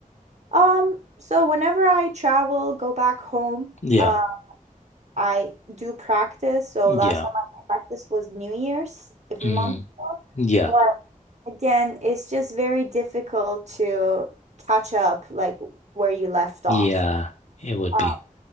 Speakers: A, on the right; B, on the left.
A: Um, so whenever I travel, go back home,
B: Yeah.
A: uh, I do practice. So
B: Yeah.
A: last time I practiced was New Year's a few
B: Mm.
A: months ago.
B: Yeah.
A: But again, it's just very difficult to catch up like where you left
B: Yeah.
A: off.
B: It would
A: Um,
B: be.